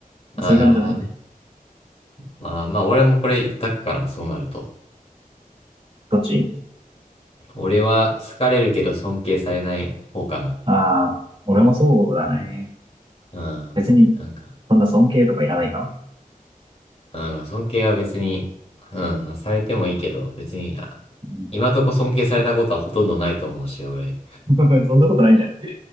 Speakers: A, on the left; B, on the right.
A: ああ、
B: そういう感じじゃない
A: なるほどね。まあまあ、俺もこれ一択かな、そうなると。
B: どっち
A: 俺は好かれるけど尊敬されない方かな。
B: ああー、俺もそうだね。
A: うん。
B: 別に、
A: なんか。
B: そんな尊敬とかいらないかな。
A: うん、まあ尊敬は別に、うん、まあされてもいいけど、別に、あ、
B: うん
A: 今んとこ尊敬されたことはほとんどないと思うし、俺、
B: <laughs> そんなことないんじゃない